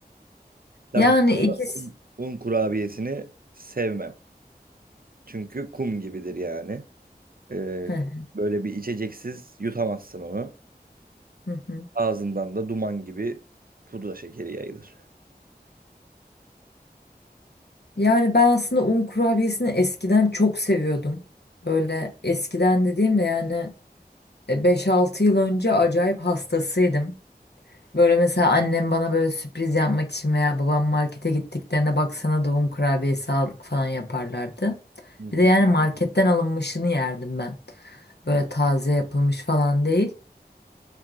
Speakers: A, on the right (about 60°); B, on the left (about 80°).
A: Ben
B: Yani
A: burada
B: ikisi.
A: un, un kurabiyesini sevmem. Çünkü kum gibidir yani. Ee,
B: Heh,
A: böyle bir içeceksiz yutamazsın onu.
B: hı hı.
A: Ağzından da duman gibi pudra şekeri yayılır.
B: Yani ben aslında un kurabiyesini eskiden çok seviyordum. Böyle eskiden dediğimde yani e, 5-6 yıl önce acayip hastasıydım. Böyle mesela annem bana böyle sürpriz yapmak için veya babam markete gittiklerinde baksana da un kurabiyesi aldık falan yaparlardı.
A: Hı
B: Bir de
A: hı.
B: yani marketten alınmışını yerdim ben. Böyle taze yapılmış falan değil.